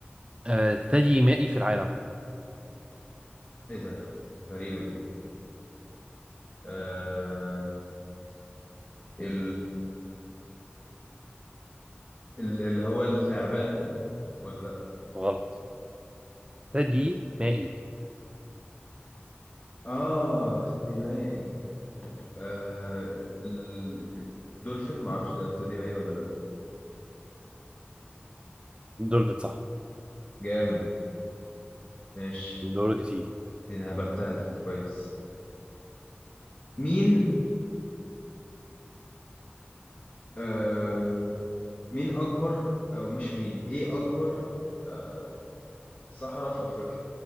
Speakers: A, on the right; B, on the left.
A: آه ثدي مائي في العالم
B: ايه ده غريبة دي آه ال... ال... اللي هو التعبان ده ولا لا
A: غلط ثدي مائي
B: اه ثدي مائي آه ال... الدولفين معرفش ده ثدي مائي ولا لا
A: دولفين صح
B: جامد ماشي
A: دورك يا سيدي
B: دي انا هبتها دي كويس مين آه مين اكبر او مش مين ايه اكبر آه، صحراء في أفريقيا